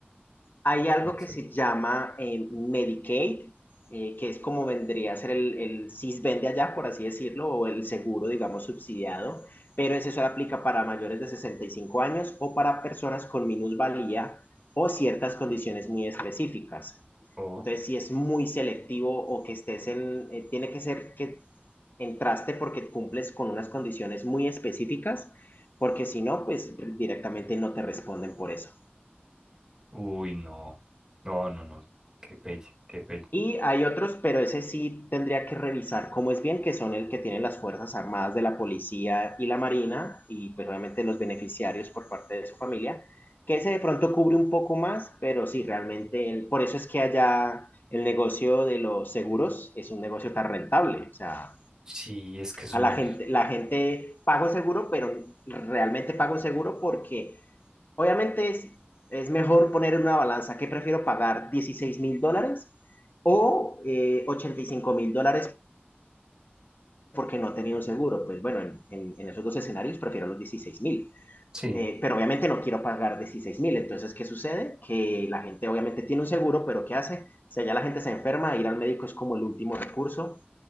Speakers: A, on the left (about 55°); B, on the right (about 15°).
A: Hay algo
B: Exacto.
A: que se llama eh, Medicaid, eh, que es como vendría a ser el, el CISBEN de allá, por así decirlo, o el seguro, digamos, subsidiado, pero ese solo aplica para mayores de 65 años o para personas con minusvalía o ciertas condiciones muy específicas.
B: o,
A: Entonces, si es muy selectivo o que estés en, eh, tiene que ser que entraste porque cumples con unas condiciones muy específicas, porque si no, pues directamente no te responden por eso.
B: uy, no, no, no, no, qué pelle, qué pelle.
A: Y hay otros, pero ese sí tendría que revisar cómo es bien, que son el que tienen las Fuerzas Armadas de la Policía y la Marina, y pues obviamente los beneficiarios por parte de su familia, que ese de pronto cubre un poco más, pero sí, realmente, el- por eso es que allá el negocio de los seguros es un negocio tan rentable, o sea,
B: Sí, es que son,
A: a la gente, la gente paga un seguro, pero realmente paga un seguro porque Obviamente es, es mejor poner en una balanza que prefiero pagar dieciséis mil dólares o eh, ochenta y cinco mil dólares porque no tenía un seguro. Pues bueno, en, en, en esos dos escenarios prefiero los dieciséis mil.
B: sí.
A: Eh, pero obviamente no quiero pagar dieciséis mil. Entonces, ¿qué sucede? Que la gente obviamente tiene un seguro, pero ¿qué hace? Si allá la gente se enferma, ir al médico es como el último recurso